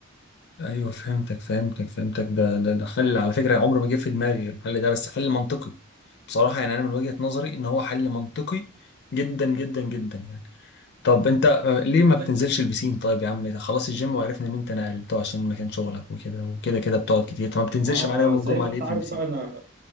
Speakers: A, on the left (about 55°); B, on the right (about 45°).
A: ايوه فهمتك فهمتك فهمتك ده ده ده حل على فكره عمره ما جه في دماغي الحل ده بس حل منطقي بصراحه يعني انا من وجهه نظري ان هو حل منطقي جدا جدا جدا يعني طب انت آه، ليه ما
B: طب
A: بتنزلش
B: انت
A: البسين طيب يا عم خلاص الجيم وعرفنا ان انت نقلته عشان مكان شغلك وكده وكده كده بتقعد كتير طب ما بتنزلش
B: ما
A: معانا يوم الجمعة
B: زي ما
A: ليه
B: انت
A: في
B: عارف
A: البسين
B: بقى انا